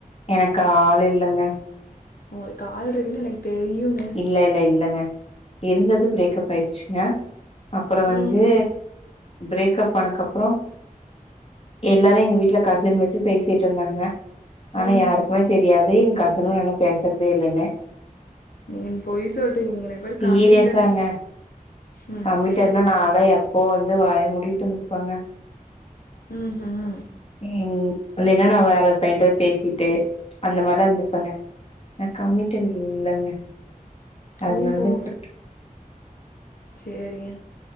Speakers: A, on the left; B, on the left.
A: எனக்கு ஆள் இல்லங்க
B: உங்களுக்கு ஆல் இருக்குன்னு எனக்கு தெரியுங்க
A: இல்ல இல்ல இல்லங்க அப்டி இருந்தது பிரேக்கப் ஆயிருச்சுங்க அப்புறோ வந்து
B: ம்
A: பிரேக்கப் ஆனக்கப்புறோ எல்லாரு எங்க வீட்ல கசின் வெச்சு பேசிட்ருந்தாங்க ஆனா
B: ம்
A: யாருக்குமே தெரியாது எங் கஸ் துனுவ நா இன்னு பேசறதே இல்லன்னு
B: நீங்க பொய் சொல்றீங்க நீங்க ரெண்டு பேரு
A: சீரியஸாங்க
B: கமிட்டடு ம்
A: கமிட்டட்னா
B: சேரிங்க
A: நாளா எப்போ வந்து வாய மூடிட்டு வந்துரு பங்க
B: ம்ஹும்
A: ம் இல்லைன்னா நான் வேற ஒரு பையன்ட்ட பேசிட்டு அந்த மாரிலா இருந்துருப்பேங்க நா கமிட்டடு இல்லங்க அதனாலதா
B: ஓஹோ
A: இப்ப
B: சேரிங்க